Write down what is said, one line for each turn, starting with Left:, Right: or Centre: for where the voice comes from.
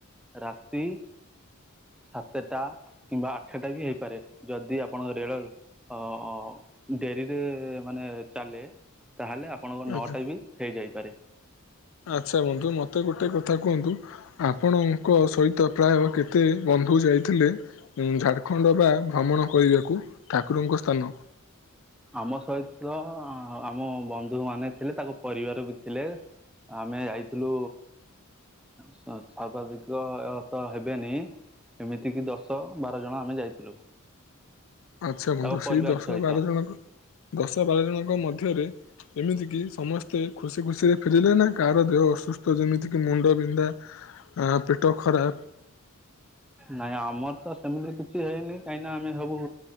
Centre: ରାତି ସାତେଟା କିମ୍ବା ଆଠଟା ବି ହେଇପାରେ। ଯଦି ଆପଣଙ୍କ ରେଳ ଅ ଡେରିରେ ମାନେ ଚାଲେ, ତାହେଲେ ଆପ ଆପଣଙ୍କ
Left: ଆଚ୍ଛା।
Centre: ନଅଟା ବି ହେଇଯାଇପାରେ।
Left: ଆଚ୍ଛା ବନ୍ଧୁ, ମତେ ଗୋଟେ କଥା କୁହନ୍ତୁ ଆପଣଙ୍କ ସହିତ ପ୍ରାୟ କେତେ ବନ୍ଧୁ ଯାଇଥିଲେ ଉମ୍ ଝାଡଖଣ୍ଡ ବା ଭ୍ରମଣ କରିବାକୁ ଠାକୁରଙ୍କ ସ୍ଥାନକୁ?
Centre: ଆମ ସହିତ ଆମ ବନ୍ଧୁ ମାନେ ଥିଲେ, ତାଙ୍କ ପରିବାର ବି ଥିଲେ ଆମେ ଯାଇଥିଲୁ ସ-ସର୍ବାଧିକ ତ ହେବେନି ଏମିତିକିି ଦଶ ବାର ଜଣ ଆମେ ଯାଇଥିଲୁ।
Left: ଆଚ୍ଛା ବନ୍ଧୁ।
Centre: ତାଙ୍କ
Left: ସେଇ
Centre: ପରିବାର
Left: ଦଶ
Centre: ସହିତ
Left: ବାର ଜଣଙ୍କ, ଦଶ ବାର ଜଣଙ୍କ ମଧ୍ୟରେ ଏମିତିକିି ସମସ୍ତେ ଖୁସି ଖୁସିରେ ଫେରିଲେ ନା, କାହାର ଦେହ ଅସୁସ୍ଥ ଯେମିତି କିି ମୁଣ୍ଡ ବି ବିନ୍ଧା, ଆ ପେଟ ଖରାପ
Centre: ନାଇଁ ଆମର ତ ସେମିତି କିଛି ହେଇନି, କାହିଁନା ଆମେ ସବୁ